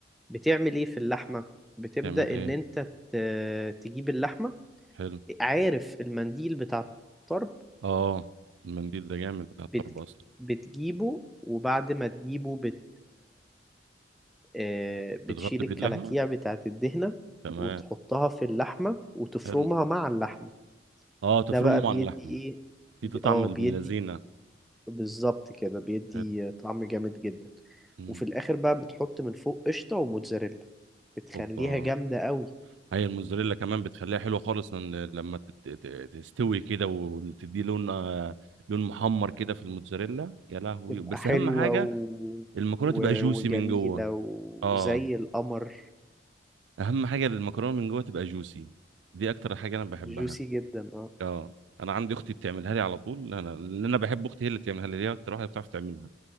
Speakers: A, in the centre; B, on the right.
A: بتعمل ايه في اللحمة بتبدأ
B: تعمل ايه
A: ان انت ت- تجيب اللحمة
B: حلو
A: عارف المنديل بتاع الطرب
B: اه المنديل ده جامد بتاع الطرب
A: بت...
B: اصلا
A: بتجيبه وبعد ما تجيبه بت... آه، بتشيل
B: بتغطي
A: الكلاكيع
B: بيه اللحمه
A: بتاعت الدهنة
B: تمام
A: وتحطها في اللحمة وتفرمها
B: حلو
A: مع اللحمة
B: اه تفرمه
A: ده بقى بيدي
B: مع اللحمه
A: ايه
B: في
A: ب-
B: طعم
A: اه
B: ابن
A: بيدي
B: لذينه
A: بالظبط كده بيدي
B: حلو
A: طعم جامد جدا
B: مم.
A: وفي الاخر بقى بتحط من فوق قشطة وموتزاريلا بتخليها
B: اوبا
A: جامدة قوي
B: هي الموزاريلا كمان بتخليها حلوه خالص إن لما تت- ت- تستوي كده وتدي لون آه، لون محمر كده في الموزاريلا يا لهوي
A: تبقى
B: بس
A: حلوة
B: اهم حاجه
A: و...
B: المكرونه
A: و...
B: تبقى جوسي
A: وجميلة
B: من جوه اه
A: وزي القمر
B: اهم حاجه المكرونه من جوه تبقى جوسي دي اكتر حاجه انا بحبها
A: جوسي جدا اه
B: اه انا عندي اختي بتعملها لي على طول انا لان انا بحب اختي هي اللي بتعملها لي هي اكتر واحده بتعرف تعملها